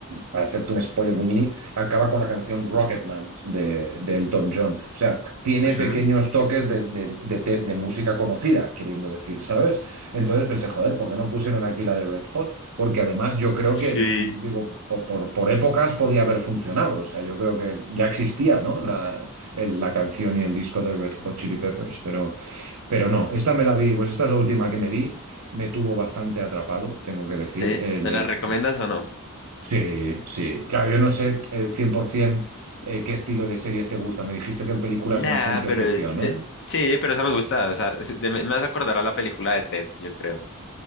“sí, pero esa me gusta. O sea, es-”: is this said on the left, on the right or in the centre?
Left